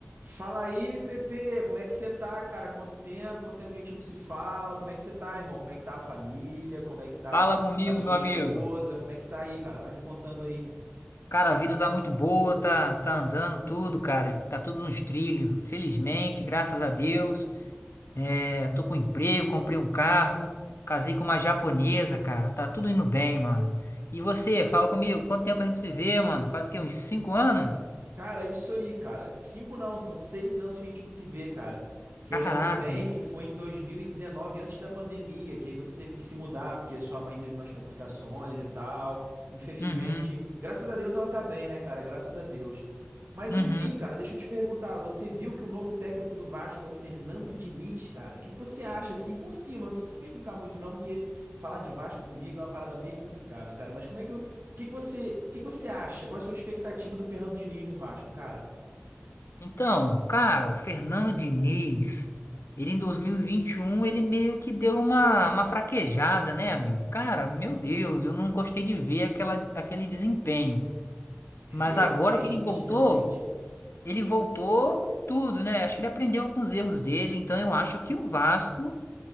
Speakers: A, on the right; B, on the left.
A: Fala aí, Pepe, como é que você tá, cara? Quanto tempo? Quanto tempo que a gente não se fala? Como é que você tá, irmão? Como é que tá a família? Como é que tá
B: Fala comigo,
A: a sua
B: meu
A: esposa?
B: amigo.
A: Como é que tá aí, cara? Vai me contando aí.
B: Cara, a vida tá muito boa, tá, tá andando tudo, cara. Tá tudo nos trilhos. Felizmente, graças a Deus. É, tô com emprego, comprei um carro, casei com uma japonesa, cara. Tá tudo indo bem, mano. E você, fala comigo, quanto tempo a gente se vê, mano? Faz o quê? Uns cinco anos?
A: Cara, é isso aí, cara. Cinco não, são seis anos que a gente não se vê, cara. Que
B: Caraca.
A: eu lembro bem que foi em 2019, antes da pandemia, que aí você teve que se mudar porque sua mãe teve umas complicações e tal. Infelizmente,
B: Uhum,
A: graças a Deus ela tá bem, né, cara? Graças a Deus. Mas
B: uhum.
A: enfim, cara, deixa eu te perguntar, você viu que o novo técnico do Vasco é o Fernando Diniz, cara? O que que você acha assim por cima? Não precisa me explicar muito não, porque falar de Vasco comigo é uma parada meio complicada, cara. Mas como é que que que você, que que você acha? Qual é a sua expectativa do Fernando Diniz no Vasco, cara?
B: Então, cara, o Fernando Diniz, ele em dois mil e e vinte e um, ele meio que deu uma, uma fraquejada, né, amigo? Cara, meu Deus, eu não gostei de ver aquela, aquele desempenho.
A: Realmente,
B: Mas agora que ele voltou,
A: realmente.
B: ele voltou com tudo, né? Acho que ele aprendeu com os erros dele, então eu acho que o Vasco